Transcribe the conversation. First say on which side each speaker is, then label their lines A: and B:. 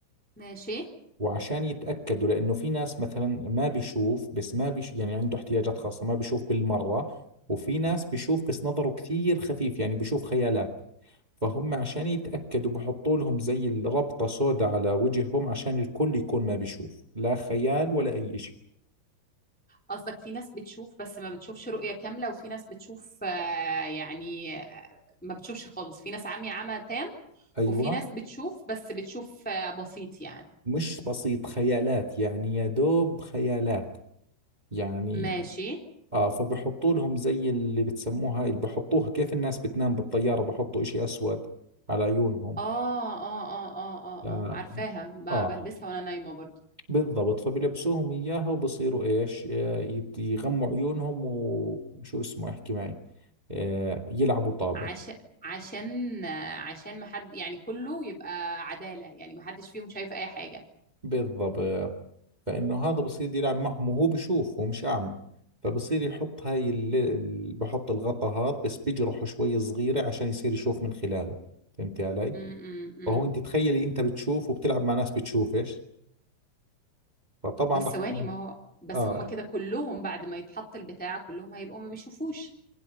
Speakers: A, in the centre; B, on the right.
A: ماشي
B: وعشان يتأكدوا لانه في ناس مثلا ما بيشوف بس ما بيش يعني عنده احتياجات خاصة ما بيشوف بالمرة وفي ناس بيشوف بس نظره كثير خفيف يعني بيشوف خيالات فهم عشان يتأكدوا بحطوا لهم زي الربطة سوداء على وجههم عشان الكل يكون ما بيشوف لا خيال ولا أي شيء
A: قصدك في ناس بتشوف بس ما بتشوفش رؤية كاملة وفي ناس بتشوف آه يعني آه، ما بتشوفش خالص في ناس عمي عمى تام
B: أيوة
A: وفي ناس بتشوف بس بتشوف آه، بسيط يعني
B: مش بسيط خيالات يعني يا دوب خيالات يعني
A: ماشي
B: اه فبحطوا لهم زي اللي بتسموها هاي اللي بحطوها كيف الناس بتنام بالطيارة بحطوا اشي اسود على عيونهم
A: اه اه اه اه اه
B: آه,
A: اه عارفاها ب-
B: اه
A: بلبسها وانا نايمة برضو
B: بالضبط فبلبسوهم اياها وبصيروا ايش آه يت- يغموا عيونهم وشو اسمه احكي معي آه يلعبوا طابة
A: عشان عشان عشان ما حد يعني كله يبقى عدالة يعني ما حدش فيهم شايف اي حاجة
B: بالضبط فإنه هذا بصير يلعب معهم وهو بشوف هو مش أعمى فبصير يحط هاي ال... ال- بحط الغطا هذا بس بجرحه شوي صغيرة عشان يصير يشوف من خلاله فهمتي علي؟
A: امم
B: فهو أنت تخيلي أنت بتشوف وبتلعب مع ناس بتشوفش فطبعا
A: بس
B: رح
A: ثواني ما هو بس
B: آه
A: هما كده كلهم بعد ما يتحط البتاع كلهم هيبقوا ما بيشوفوش